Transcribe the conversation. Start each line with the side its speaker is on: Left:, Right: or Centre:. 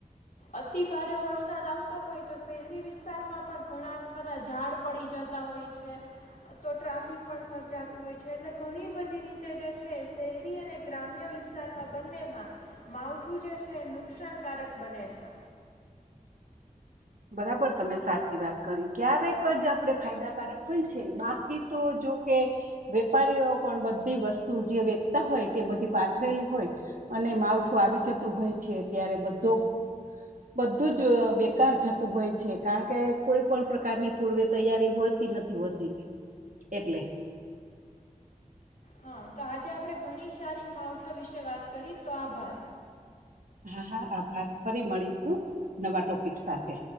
Left: અતિ ભારે વર હોય તો શહેરી વિ વિસ્તારમાં પણ ઘણ ખા બધા ઝાડ પડી જતા હોય છે, તો ટ્રાફિક પણ સર્જાતું હોય છે એટલે ઘણી બધી રીતે જે છે. કે શહેરી અને ગ્રામ્ય વિશ્ વિસ્તારમાં બંનેમાં, માવઠું જે છે નુકસાનકારક બને છે.
Right: બરાબર તમે સાચી વાત કરી ક્યારેક જ આપણે ફાયદાકારક હોય છે બાકી તો જોકે વેપારીઓ પણ બધી વસ્તુ જે વેચતા હોય તે બધી પાથરેલી હોય અને માવઠું આવી જતું હોય છે ત્યારે બધું બધું જ બેકાર જ હોય છે કારણ કે કોઈ પણ પ્રકારની પૂર્વે તૈયારી હોતી નથી હોતી એટલે.
Left: હા તો આજે આપણે ઘણી સારી માવઠા વિશે વાત કરી તો આભાર.
Right: હા હા આભાર ફરી મળીશું નવા ટોપિક સાથે.